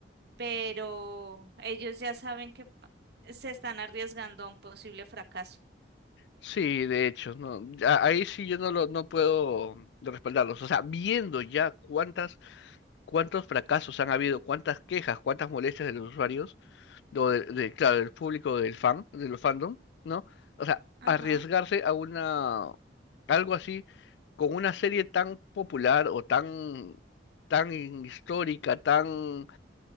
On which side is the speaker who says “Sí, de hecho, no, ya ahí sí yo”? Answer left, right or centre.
Left